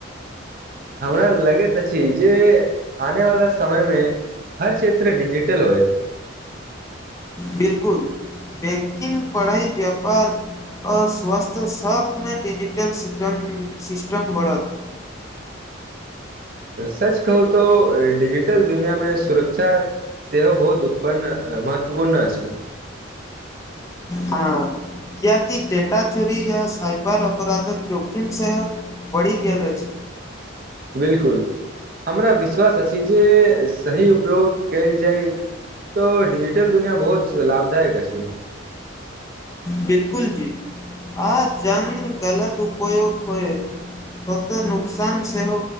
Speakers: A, on the right; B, on the left.
A: हमरा लगैत अछि जे आने वाला समय मे। हर क्षेत्र डीजिटल होएत।
B: बिल्कुल बैंकिंग पढ़ाइ व्यापार अ स्वस्थ सब। <unintelligible> डिजिटल सिस्टम बढ़त।
A: सच कहू तोऽ डिजिटल दुनियामे सुरक्षा। सेहो बहुत उत्पन्न महत्वपूर्ण अछि।
B: हँ। <unintelligible> कियाकि डेटा चोरी य साइबर अपराधक जोखिम से बढ़ि गेल अछि।
A: बिलकुल हमरा विश्वास अछि जे सही उपयोग कयल जाय। तऽ डिजिटल दुनिआ बहुत लाभदायक अछि।
B: बिलकुल जी आ जंग गलत उपयोग होय। तत नुकसान सेहो